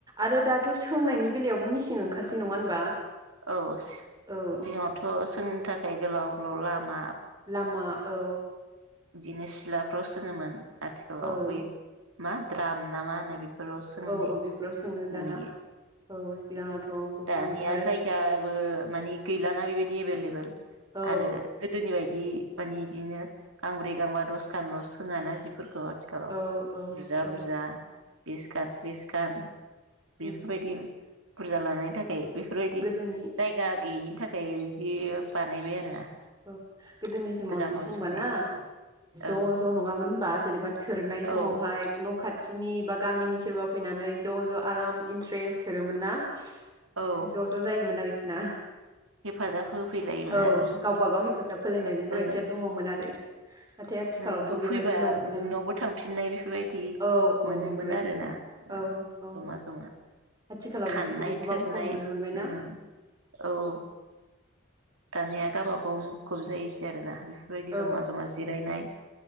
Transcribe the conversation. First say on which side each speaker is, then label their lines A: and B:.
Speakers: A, on the right; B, on the right.
A: आरो दाथ' सोंनायनि बेलायावबो मिसिन ओंखारसै नङा होनबा?
B: औ <unintelligible>
A: औ
B: सिगाङावथ' सोंनो थाखाय गोलाव गोलाव लामा
A: लामा औ।
B: इदिनो सिलाफ्राव सोङोमोन। आथिखालाव
A: औ
B: बै मा द्राम ना मा होनो बे फोराव सोंनाय
A: औ औ बेफोराव सोङो दाना
B: नुयो।
A: औ सिगाङावथ' बुहुद
B: दानिया
A: आरो
B: जायगाबो माने गैलाना बेबायदि एभेलेबेल
A: औ
B: आरो गोदोनि बाय दि माने इदिनो गांब्रै गांबा दसखानल' सोङाना जिफोर थ' आथिखालाव
A: औ औ
B: बुरजा
A: औ
B: बुरजा बिसखान थ्रिस <unintelligible>
A: औ
B: बेफोरबायदि बुरजा लानाय थाखाय बेफोरबायदि
A: गोदोनि
B: जायगा गैयिनि थाखाय बिदि बानायबाय आरोना?
A: औ गोदोनि समाव
B: द्रामाव
A: जि सोंबाना
B: सोंनाय औ
A: ओ ज' ज' नङामोन होनबा? जेनबा थोरनाय समावहाय
B: औ
A: न' खा खाथिनि बा गामिनि सोरबा फैनानै ज' ज' आराम इन्ट्रेस्ट थोरोमोन ना?
B: औ
A: ज' ज' जायोमोन आरोखि ना?
B: हेफाजाब होफैलायोमोन
A: औ
B: आरो।
A: गावबा गाव हेफाजाब होलायनाय बेफोरबायदिया
B: ओ
A: दङमोन आरो। नाथाय आथिखालावथ'
B: नोंबो
A: बेबायदि
B: फैबा
A: नंला
B: नोंनावबो थांफिननाय बेफोरबायदि
A: औ
B: मोनोमोन
A: औ बेफोरबायदिमोन
B: आरोना ओ
A: औ औ
B: जमा जमा
A: आथिखालाव
B: खाननाय
A: बिदिखौबो गोबां
B: थोरनाय
A: खम नुनो मोनबायना
B: ओम औ। दानिया गावबागाव मुखुब जायोसै आरो ना। बेफोरबायदि
A: औ
B: जमा जमा जिरायनाय